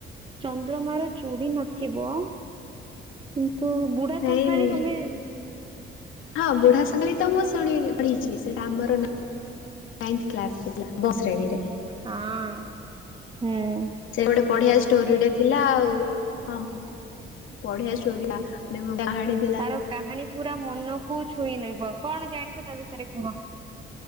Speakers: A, on the right; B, on the left.
A: ଚନ୍ଦ୍ରମା ର ଛ ତୁଡି ନଥିବ କିନ୍ତୁ ବୁଢା
B: ନାଇଁ
A: ଶଙ୍ଖାଳି ତମେ
B: ହଁ ବୁଢା ସଙ୍ଖାଳି ତ ମୁଁ ଶୁଣି ଳି ପଢିଛି ସେଟା ଆମର ନାଇନଥ କ୍ଲାସ ରେ ଥିଲା। ବ ଶ୍ରେଣୀରେ।
A: ହଁ। ହେଁ।
B: ସେ ଗୋଟେ ବଢିଆ ଷ୍ଟୋରିଟେ ଥିଲା ଆଉ ହଁ। ପଢିଆଷ୍ଟୋରି ଥିଲା ନେବୁ ବାହାଡିତ।
A: ତାର କାହାଣୀ ପୁରା ମନକୁ ଛୁଇଁ ନେବ। କଣ ଜାଣିଚ ତା ବିଷୟରେ କୁହ?